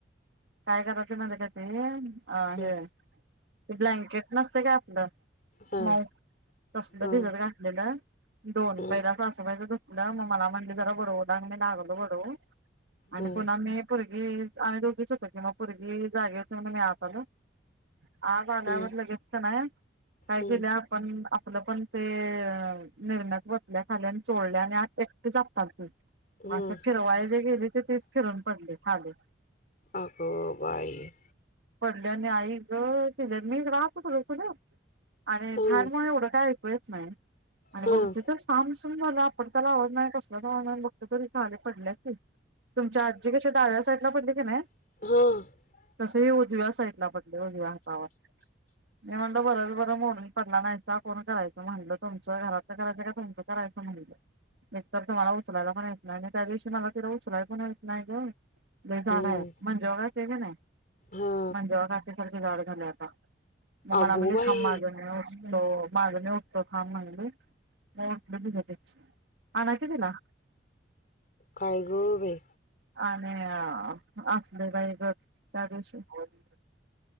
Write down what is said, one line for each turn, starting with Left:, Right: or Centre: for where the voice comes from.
Right: काय करायचं माहिती का ते अ
Left: हम्म
Right: हे ते ब्लँकेट नसते काय आपलं
Left: हा
Right: म तसलं
Left: हा
Right: भिजत घातलेलं दोन
Left: हम्म
Right: पहिलाच सासूबाई च धू टला मग मला म्हणली जरा बडवू लाग मी लागलो बडवू आणि
Left: हम्म
Right: पुन्हा मी पोरगी हम्म् आम्ही दोघीच होतो कि म पुर्गी जागी हुती म्हणू मी आत आलो. आज आल्यावर
Left: हम्म
Right: लगेच कनाय काय
Left: हम्म
Right: केल्या आपण आप पलं पण ते निरम्यात वतल्या खाली आणि चोलल्या आणि आ एकटीच आपटालती.
Left: हम्म
Right: असं फिरवाय जे गेली ते तेच फिरून पडली खाली
Left: अग बाई
Right: पडल्या आणि आई ग किल्या, मी हिकडं आत <unintelligible> आणि
Left: हम्म
Right: फॅनमुळ एवढं काय ऐकू येत नाई आणि
Left: हम्म
Right: बघतोय तर सामसु सुम झाल आपटत्याला आवाज नाई, कसला <unintelligible> बघतोय तर ही खाली पडल्या की तुमच्या आजी कशा डाव्या साईटला पडली कनाय
Left: ह.
Right: तस ही उजव्या साईटला पडली, उजव्या हातावर मी म्हणलं बरच बरं मोडून पडला नाइसा, कोण करायचं म्हणलं तुमचं, घरातलं करायचं काय तुमचं करायचं म्हणलं एकतर तुम्हाला उचलायला पण येत नाही आणि त्या दिवशी मला तिला उचलाय पण येत नाही ग लई जाड
Left: हम्म
Right: हाय, मंजुळा काकी आय कनाय,
Left: हा
Right: मंजुळा काकी सारखी जाड झाल्या आता मग मला
Left: अगो
Right: म्हणली
Left: बाई
Right: थांब माझं मी उठतो, माझं मी उठतो थांब म्हणली. म उठली तिज तिच, आणा की तिला
Left: काय ग बई
Right: आणि असली बाई गत त्या दिवशी <unintelligible>